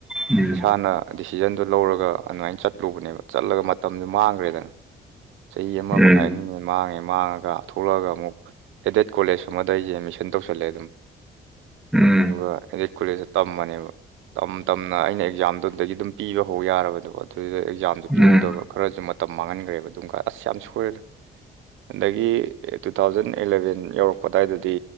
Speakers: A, in the centre; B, on the right (about 80°).
A: ꯎꯝ
B: ꯏꯁꯥꯅ ꯗꯤꯁꯤꯖꯟꯗꯨ ꯂꯧꯔꯒ ꯑꯗꯨꯃꯥꯏꯅ ꯆꯠꯂꯨꯕꯅꯦꯕ ꯆꯠꯂ ꯃꯇꯝꯗꯨ ꯃꯥꯡꯈ꯭ꯔꯦꯗꯅ ꯆꯍꯤ ꯑꯃ
A: ꯎꯝ
B: ꯃꯈꯥꯏ ꯑꯅꯤꯃꯨꯛꯍ‌ꯦꯟ ꯃꯥꯡꯉꯦ ꯃꯥꯡꯉꯒ ꯊꯣꯛꯂꯛꯑꯒ ꯑꯃꯨꯛ ꯑꯦꯗꯦꯠ ꯀꯣꯂꯦꯖ ꯑꯃꯗ ꯑꯩꯁꯦ ꯑꯦꯗꯃꯤꯁꯟ ꯇꯧꯁꯜꯂꯦ ꯑꯗꯨꯝ
A: ꯎꯝ
B: ꯑꯗꯨꯒ ꯑꯦꯗꯦꯠ ꯀꯣꯂꯦꯖꯇ ꯇꯃꯅꯦꯕ ꯇꯝ ꯇꯝꯅ ꯑꯩꯅ ꯑꯦꯛꯖꯥꯝꯗꯨꯗꯒꯤ ꯑꯗꯨꯝ ꯄꯤꯕ ꯍꯧ ꯌꯥꯔꯕꯗ‌ꯣ ꯑꯗꯨꯗ ꯑꯦꯛꯖꯥꯝꯁꯨ
A: ꯎꯝ
B: ꯄꯤꯍꯧꯗꯕ ꯈꯔꯁꯨ ꯃꯇꯝ ꯃꯥꯡꯍꯟꯈ꯭ꯔꯦꯕ ꯑꯗꯨꯝ ꯑꯁ ꯌꯥꯝ ꯁꯣꯏꯗ ꯑꯗꯒꯤ ꯇꯨ ꯊꯥꯎꯖꯟ ꯑꯦꯂꯕꯦꯟ ꯌꯧꯔꯛꯄ ꯑꯗꯨꯋꯥꯏꯗꯗꯤ